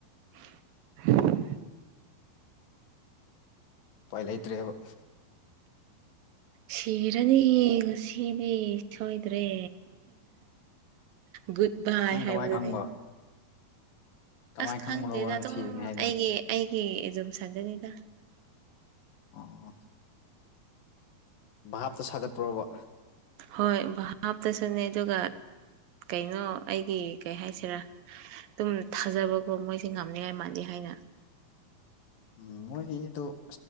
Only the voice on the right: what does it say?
ꯍꯝ
ꯁꯤꯔꯅꯤ ꯉꯁꯤꯗꯤ ꯁꯣꯏꯗ꯭ꯔꯦ ꯒꯨꯗ ꯕꯥꯏ
ꯍꯥꯏꯕꯗꯨ
ꯑꯁ
ꯈꯪꯗꯦꯗ
ꯑꯗꯨꯝ
ꯑꯩꯒꯤ ꯑꯩꯒꯤ ꯑꯗꯨꯨꯝ ꯁꯟꯖꯅꯤꯗ
ꯍꯣꯏ ꯍꯥꯞꯇꯁꯨꯅꯦ ꯑꯗꯨꯒ ꯀꯩꯅꯣ ꯑꯩꯒꯤ ꯀꯩ ꯍꯥꯏꯁꯤꯔꯥ ꯑꯗꯨꯝ ꯊꯥꯖꯕꯀꯣ ꯃꯣꯏꯁꯦ ꯉꯝꯅꯤꯉꯥꯏ ꯃꯥꯜꯂꯤ ꯍꯥꯏ ꯑ